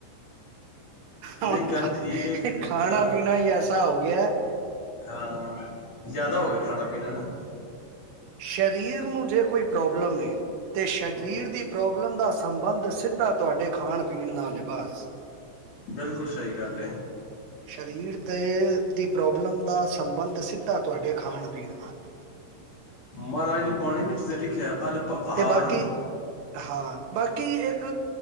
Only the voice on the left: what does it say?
ਨਹੀਂ
ਗੱਲ ਠੀਕ ਏ
ਖਾ
ਹਾਂ ਜ਼ਿਆਦਾ ਹੋ ਗਿਆ ਖਾਣਾ ਪੀਣਾ ਨਾ।
ਹੂੰ
ਬਿਲਕੁਲ ਸਹੀ ਗੱਲ ਏ
ਮਹਾਰਾਜ ਨੇ ਬਾਣੀ ਵਿੱਚ ਜਿੱਥੇ ਲਿਖਿਆ। ਅਲਪ ਆਹਾਰ।